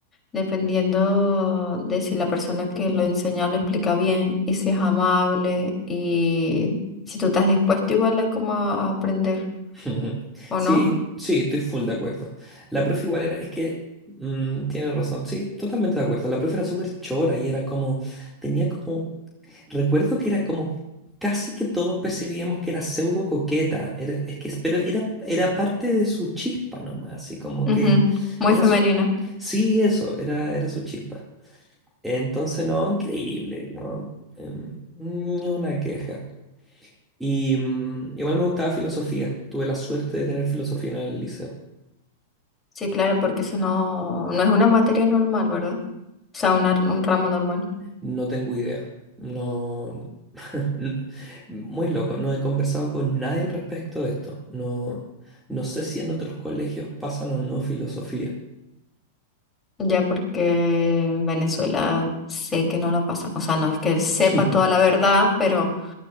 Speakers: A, on the left; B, in the centre.
A: dependiendo de si la persona que lo enseña lo explica bien y si es amable y si tú estás dispuesto igual a como a aprender,
B: <laughs> Ujú.
A: ¿o
B: Sí,
A: no?
B: sí, estoy full de acuerdo. La profe igual era, es que mm, tiene razón, sí, totalmente de acuerdo. La profe era súper chora y era como, tenía como, recuerdo que era como, casi que todos percibíamos que era pseudo coqueta, era, es que, pero era, era parte de su chispa nomás, así como
A: Ujú,
B: que
A: Muy
B: era
A: femenina.
B: su, sí, eso, era, era su chispa. Entonces, no, increíble, no, Em, ni una queja. Y mm, igual me gustaba filosofía. Tuve la suerte de tener filosofía en el liceo.
A: Sí, claro, porque eso no, no es una materia normal, ¿verdad? O sea, una- un ramo normal.
B: No tengo idea. No. <laughs> n- Muy loco. No he conversado con nadie al respecto de esto. No, no sé si en otros colegios pasan o no filosofía.
A: Ya porque en Venezuela sé que no lo pasan. O sea, no es que sepa
B: <laughs>
A: toda la verdad, pero